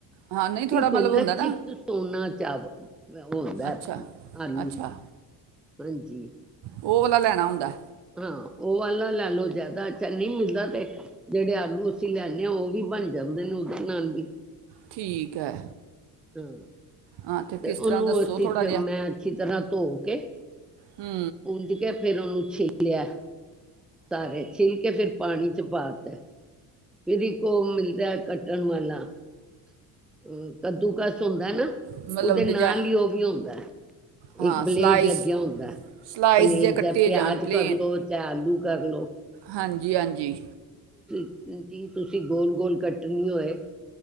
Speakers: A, on the right (about 60°); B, in the centre.
A: ਹਾਂ ਨਹੀਂ ਥੋੜਾ
B: ਕੀਕੁੰਦਾ
A: ਮਤਲਬ ਹੁੰਦਾ ਨਾ
B: ਚੀ ਸੋਨਾ ਚ ਹੁੰਦਾ
A: ਅੱਛਾ
B: ਆਾਨੂੰ
A: ਅੱਛਾ
B: ਹਾਂਜੀ
A: ਉਹ ਵਾਲਲਾ ਲੈਣਾ ਹੁੰਦਾ
B: ਹਾਂ ਉਹ ਵਾਲਾ ਲੈ ਲਓ ਜ਼ਿਆਦਾ ਅੱਛਾ ਨਹੀਂ ਮਿਲਦਾ ਤੇ ਜਿਹੜੇ ਆਲੂ ਅਸੀਂ ਲੈਦੇ ਹਾਂ ਉਹ ਵੀ ਬਣ ਜਾਂਦੇ ਨੇ ਉਹਦੇ ਨਾਲ ਵੀ
A: ਠੀਕ ਹੈ
B: ਹਮ
A: ਹਾਂ
B: ਤੇ
A: ਕਿਸ
B: ਉਹਨੂੰ
A: ਤਰ੍ਹਾਂ ਦੱਸੋ
B: ਅੱੀ
A: ਥੋੜਾ
B: ਮੈਂ ਅੱਛੀ ਤਰ੍ਹਾਂ ਧ ਕੇ
A: ਹੂੰ।
B: ਉੰਝ ਕੇ ਫੇਰ ਉਹਨੂੰ ਛਿਲ ਲਿਆ। ਸਾਰੇ ਛਿਲ ਕੇ ਫਿਰ ਪਾਣੀ ਚ ਪਾ ਤੇ ਫਿਰ ਇੱਕ ਔ ਮਿਲਦਾ ਕੱਟਣ ਵਾਲਾ ਅ ਕੱਦੂਕਸ ਹੁੰਦਾ ਨਾ,
A: ਮਤਲਬ
B: ਉਹਦੇ
A: ਡਿਜ਼ਾਈਨ
B: ਨਾਲ ਹੀ ਉਹ ਵੀ ਹੁੰਦਾ।
A: ਹਾਂ
B: ਇੱਕ ਬਲੇਡ
A: ਸਲਾਈਸ
B: ਲੱਗਿਆ ਹੁੰਦਾ ਹੈ
A: ਸਲਾਈਸ
B: ਪਲੇਨ
A: ਜੇ ਕੱਟੇ
B: ਜਾ। ਪਿਆਜ
A: ਜਾਣ ਪਲੇਨ
B: ਕਰਲੋ ਚਾਹੇ ਆਲੂ ਕਰ ਲੋ।
A: ਹਾਂਜੀ। ਜੀ ਹਾਂਜੀ।
B: ਜੀ ਤੁਸੀਂ ਗੋਲ ਗੋਲ ਕੱਟਣੀ ਹੋਏ